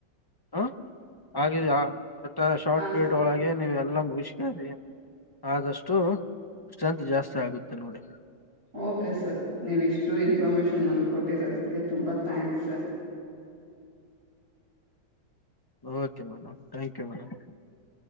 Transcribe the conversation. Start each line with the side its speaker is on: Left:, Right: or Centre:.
Left: ಹ ಹಾಗಿದ ಶಾರ್ಟ್
Right: ಹಾ
Left: ಪೀರಿಯಡ್
Right: ಸರ್
Left: ಒಳಗೆ ನೀವು ಎಲ್ಲ ಮುಗಿಸ್ಕಾರಿ ಆದಷ್ಟು ಸ್ಟ್ರೆಂತ್ ಜಾಸ್ತಿ ಆಗುತ್ತೆ ನೋಡಿ
Right: ಓಕೆ ಸರ್ ನೀವು ಇಷ್ಟು ಇನ್ಫಾರ್ಮೇಶನ್ ನಂಗೆ ಕೊಟ್ಟಿರೋದಕ್ಕೆ ತುಂಬ thanks sir
Left: okay madam thank you madam